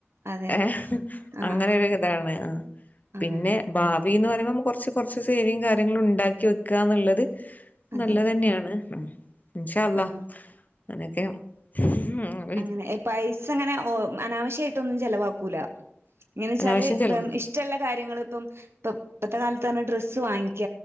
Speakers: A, on the right (about 65°); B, on the left (about 40°).
A: അതെ
B: ഏഹ്
A: ആഹ്
B: അങ്ങനൊര് ഇതാണ് ആഹ് പിന്നെ
A: ആഹ്
B: ഭാവി എന്ന് പറയുമ്പോ നമ്മക്ക് കൊറച്ച് കൊറച്ച് സേവിംഗ്സ് കാര്യങ്ങളും ഇണ്ടാക്കി വെക്കാന്ന്ള്ളത് ത്
A: അതെ
B: നല്ലതന്നെയാണ് ഉം ഇൻഷാ അല്ലാഹ്
A: ആഹ്
B: അങ്ങനെക്കെയ ഉം
A: അങ്ങനെ ഈ പൈസ ഇങ്ങനെ അനാവിശ്യായിട്ടൊന്നും ചെലവാക്കൂല എങ്ങനെ വെച്ചാല്
B: അനാവശ്യം
A: ഇപ്പം
B: ചെലവാക്കല്ല്
A: ഇഷ് ഇഷ്ട്ടെല്ല കാര്യങ്ങള്പ്പം ഇപ്പം ഇപ്പത്തെ കാലത്ത്ന്ന് പറഞ്ഞാ ഡ്രസ്സ് വാങ്ങിക്ക